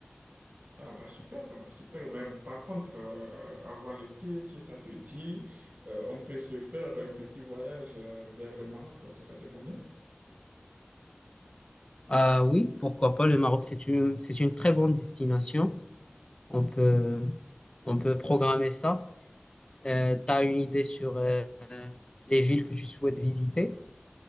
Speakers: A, on the right; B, on the left.
A: Ah bah super, ah bah super. Mais par contre, euh, avant l'été, si ça te dit, euh, on peut se faire un petit voyage euh, vers le Maroc, hein, si ça te convient.
B: Ah oui, pourquoi pas, le Maroc, c'est une, c'est une très bonne destination. On peut, on peut programmer ça. Euh, tu as une idée sur euh, les villes que tu souhaites visiter?